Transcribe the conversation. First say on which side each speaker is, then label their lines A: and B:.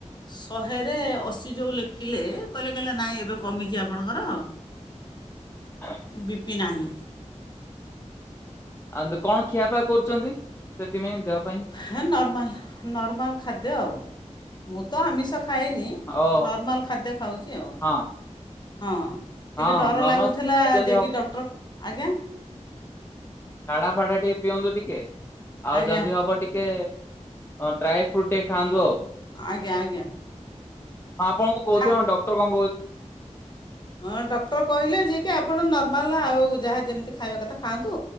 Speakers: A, on the left; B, on the left.
A: ଶହେରେ ଅଶୀ ଯେଉ ଲେଖିଲେ କହିଲେ କହିଲେ ନାଇଁ ଏବେ କମିଛି ଆପଣଙ୍କର।
B: ହଁ <unintelligible>
A: ବି ପି ନାହିଁ।
B: ଆଉ କଣ ଖିଆ ଫିଆ କରୁଛନ୍ତି ସେଥିପାଇଁ ଦେହ ପାଇଁ?
A: ହଁ ନର୍ମାଲ ନର୍ମାଲ୍ ଖାଦ୍ୟ ଆଉ ମୁଁ ତ ଆମିଷ ଖାଏନି
B: ଓହୋ
A: ନର୍ମାଲ ଖାଦ୍ୟ ଖାଉଛି ଆଉ
B: ହଁ
A: ହଁ।
B: ହଁ
A: ଟିକେ ଡର
B: ନର୍ମାଲ
A: ଲାଗୁଥିଲା
B: ଯଦି
A: ଯାଇକି
B: ହବ
A: ଡକ୍ଟର ଆଜ୍ଞା।
B: କାଢା ଫାଡା ଟିକେ ପିଅନ୍ତୁ ଟିକେ ଆଉ
A: ଆଜ୍ଞା
B: ଯଦି ହବ ଟିକେ ହଁ ଡ୍ରାାଇ ଫ୍ରୁଟ୍ ଟିକେ ଖାଆନ୍ତୁ ଆଉ।
A: ଆଜ୍ଞା ଆଜ୍ଞା।
B: ହଁ ଆପଣକୁ କହୁଥ
A: ଖା
B: ଡକ୍ଟର କଣ କହୁ
A: ହଁ ଡକ୍ଟର କହିଲେ ଯେ କି ଆପଣ ନର୍ମାଲ ଆଉ ଯାହା ଯେମିତି ଖାଇବା କଥା ଖାଆନ୍ତୁ।